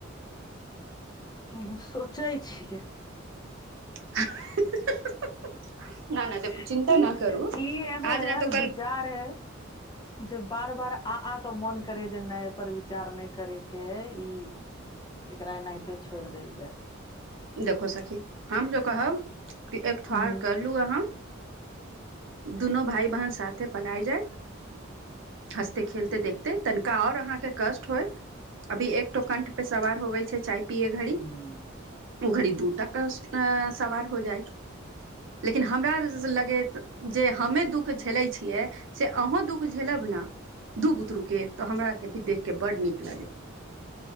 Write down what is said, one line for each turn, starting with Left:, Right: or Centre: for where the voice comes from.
Left: उ सोचै छियै
Right: <unintelligible> <unintelligible>
Left: <unintelligible>
Right: चिन्ता
Left: इ
Right: न करू
Left: एगो
Right: आज न
Left: एहेन
Right: तऽ कल
Left: विचार है जे बार बार आ आ कऽ मोन करे जे नै यै पर विचार नै करेके इ एकरा एनाहिते छोइर देल जाय
Right: देखु सखी हम जे कहब कि एक ठर
Left: हूँ
Right: करलू अहाँ दुनू भाइ बहन साथ पलाय जाइत हँसते खेलते देखते तनिका और अहाँकेँ कष्ट होयत अभी एकटो कंठ पे सवार होवे छै चाय पिय घड़ी
Left: हूँ
Right: ओ घड़ी दू कंठ पै सवार हो जाइ लेकिन हमरा लगैत जे हमे दुःख झेलै छियै से अहूं दुःख झेलब ने दू बुतरू केँ तऽ हमरा केँ भी देख केँ बड नीक लागेत